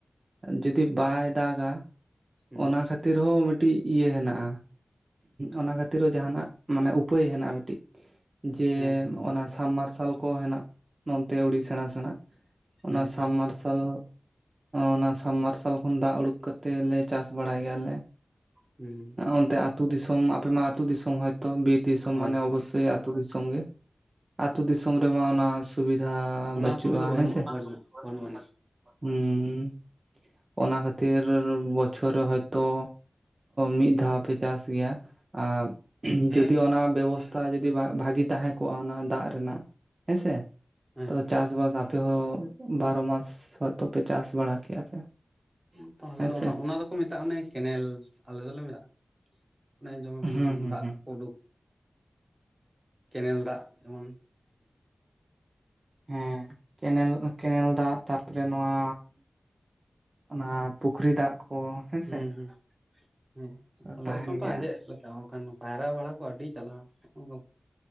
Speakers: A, on the right; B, on the right.
A: ᱡᱩᱫᱤ ᱵᱟᱭ ᱫᱟᱜᱟ
B: ᱦᱩᱸ
A: ᱚᱱᱟ ᱠᱷᱟᱹᱛᱤᱨ ᱛᱤ ᱨᱮᱦᱚᱸ ᱢᱤᱫᱴᱤᱡ ᱤᱭᱟᱹ ᱦᱮᱱᱟᱜᱼᱟ ᱚᱱᱟ ᱠᱷᱟᱹᱛᱤᱨ ᱦᱚᱸ ᱡᱟᱦᱟᱱᱟᱜ ᱢᱟᱱᱮ ᱩᱯᱟᱹᱭ ᱦᱮᱱᱟᱜ ᱢᱤᱫᱴᱤᱡ ᱡᱮ
B: ᱦᱮᱸ
A: ᱚᱱᱟ ᱥᱟᱢᱵ ᱢᱟᱨᱥᱟᱞ ᱠᱚ ᱦᱮᱱᱟᱜ ᱱᱚᱱᱛᱮ ᱟᱹᱰᱤ ᱥᱮᱬᱟ-ᱥᱮᱬᱟ ᱚᱱᱟ
B: ᱦᱮᱸ
A: ᱥᱟᱵ
B: ᱦᱮᱸ
A: ᱢᱟᱨᱥᱟᱞ ᱚᱱᱟ ᱥᱟᱵᱢ ᱢᱟᱨᱥᱟᱞ ᱠᱷᱚᱱ ᱫᱟᱜ ᱩᱰᱩᱠ ᱠᱟᱛᱮᱫ ᱞᱮ ᱪᱟᱥ ᱵᱟᱲᱟᱭ ᱜᱮᱭᱟᱞᱮ
B: ᱦᱩᱸ
A: ᱚᱱᱛᱮ ᱟᱹᱛᱩ ᱫᱤᱥᱚᱢ ᱟᱯᱮ ᱢᱟ ᱟᱹᱛᱩ ᱫᱤᱥᱚᱢ ᱦᱚᱭᱛᱚ ᱵᱤᱨ ᱫᱤᱥᱚᱢ
B: ᱦᱳᱭ
A: ᱢᱟᱱᱮ ᱚᱵᱚᱥᱥᱳᱭ ᱟᱹᱛᱩ ᱫᱤᱥᱚᱢ ᱜᱮ ᱟᱹᱛᱩ ᱫᱤᱥᱚᱢ ᱨᱮᱢᱟ ᱚᱱᱟ ᱥᱩᱵᱤᱫᱷᱟ
B: ᱚᱱᱟ
A: ᱵᱟᱹᱪᱩᱜᱼᱟ
B: ᱥᱩᱵᱤᱫᱷᱟ ᱵᱟᱹᱱᱩᱜᱼᱟ
A: ᱦᱮᱸ ᱥᱮ <unintelligible>
B: ᱵᱟᱹᱱᱩᱜ ᱵᱟᱹᱱᱩᱜ ᱟᱹᱱᱤᱡ
A: ᱦᱮᱸ ᱚᱱᱟ ᱠᱷᱟᱹᱛᱤᱨ ᱵᱚᱪᱷᱚᱨ ᱨᱮ ᱦᱚᱭᱛᱳ ᱢᱤᱫ <unintelligible> ᱫᱷᱟᱣ ᱯᱮ ᱪᱟᱥ ᱜᱮᱭᱟ <unintelligible>
B: ᱦᱮᱸ
A: ᱡᱩᱫᱤ
B: ᱢᱤᱫ
A: ᱚᱱᱟ ᱵᱮᱵᱚᱥ ᱛᱟ ᱡᱩᱫᱤ <unintelligible> ᱵᱷᱟᱹᱜᱤ ᱛᱟᱦᱮᱸ ᱠᱚᱜᱼᱟ ᱚᱱᱟ ᱫᱟᱜ ᱨᱮᱱᱟᱜ ᱦᱮᱸᱥᱮ
B: ᱦᱮᱸ
A: ᱛᱚ ᱪᱟᱥ-ᱵᱟᱥ <unintelligible> ᱟᱯᱮ ᱦᱚᱸ ᱵᱟᱨᱚ ᱢᱟᱥ ᱦᱚᱭᱛᱚ ᱯᱮ ᱪᱟᱥ ᱵᱟᱲᱟ ᱠᱮᱭᱟ ᱯᱮ
B: <unintelligible> ᱛᱟᱦᱚᱞᱮ
A: ᱦᱮᱸᱥᱮ
B: ᱫᱚ ᱚᱱᱟ ᱚᱱᱟ ᱫᱚᱠᱚ ᱢᱮᱛᱟᱜᱼᱟ ᱚᱱᱮ ᱠᱮᱱᱮᱞ ᱟᱞᱮ ᱫᱚᱞᱮ ᱢᱮᱛᱟᱜ <inaudible> ᱚᱱᱮ ᱡᱮᱢᱚᱱ <unintelligible>
A: ᱦᱩᱸ ᱦᱩᱸ
B: ᱫᱟᱜ
A: ᱦᱩᱸ
B: ᱠᱚ ᱩᱰᱩᱠ ᱠᱮᱱᱮᱞ ᱫᱟᱜ ᱡᱮᱢᱚᱱ
A: ᱦᱮᱸ ᱠᱮᱱᱮᱞ ᱠᱮᱱᱮᱞ ᱫᱟᱜ ᱛᱟᱨᱯᱚᱨᱮ ᱱᱚᱣᱟ ᱚᱱᱟ ᱯᱩᱠᱷᱨᱤ ᱫᱟᱜ ᱠᱚ ᱦᱮᱸᱥᱮ
B: ᱦᱩᱸ ᱦᱩᱸ <inaudible> ᱦᱩᱸ ᱟᱞᱮᱥᱮᱫ
A: ᱛᱟᱦᱮᱱ
B: ᱢᱚᱛᱚ
A: ᱜᱮᱭᱟ
B: ᱟᱸᱡᱮᱫ ᱞᱮᱠᱟ ᱟᱠᱟᱱ ᱯᱟᱭᱨᱟ ᱵᱟᱲᱟ ᱠᱚ ᱟᱹᱰᱤ ᱡᱟᱞᱟ <unintelligible>